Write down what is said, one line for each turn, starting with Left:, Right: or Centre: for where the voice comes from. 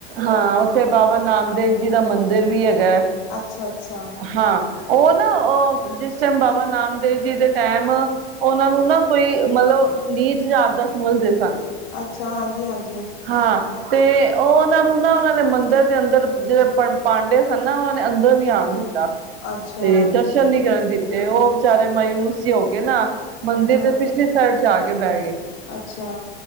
Right: ਹਾਂ ਉੱਥੇ ਬਾਬਾ ਨਾਮਦੇਵ ਜੀ ਦਾ ਮੰਦਿਰ ਵੀ ਹੈਗੈ,
Left: ਅੱਛਾ ਅੱਛਾ
Right: ਹਾਂ। ਉਹ ਨਾ ਅ ਜਿਸ ਟੈਮ ਬਾਬਾ ਨਾਮਦੇਵ ਜੀ ਦੇ ਟੈਮ ਉਹਨਾਂ ਨੂੰ ਨਾ ਕੋਈ ਮਤਲਬ ਨੀਜ ਜਾਤ ਦਾ ਸਮਝਦੇ ਸਨ।
Left: ਅੱਛਾ, ਹਾਂਜੀ, ਹਾਂਜੀ।
Right: ਹਾਂ। ਤੇ ਉਹ ਉਹਨਾਂ ਨੂੰ ਨਾ ਉਹਨਾਂ ਨੇ ਮੰਦਿਰ ਦੇ ਅੰਦਰ ਜਿਹੜੇ ਪਾਂਡੇ ਸਨ ਨਾ ਉਹਨਾਂ ਨੇ ਅੰਦਰ ਨੀ ਆਣ ਦਿੱਤੇ।
Left: ਅੱਛਾ
Right: ਤੇ ਦਰਸ਼ਨ ਨੀ ਕਰਨ ਦਿੱਤੇ ਉਹ ਵਿਚਾਰੇ ਮਾਯੂਸ ਜੇ ਹੋ ਕੇ ਨਾ ਮੰਦਿਰ
Left: ਹਾਂ
Right: ਦੇ ਪਿਛਲੀ ਸਾਈਡ ਜਾ ਕੇ ਬਹਿ ਗਏ।
Left: ਅੱਛਾ।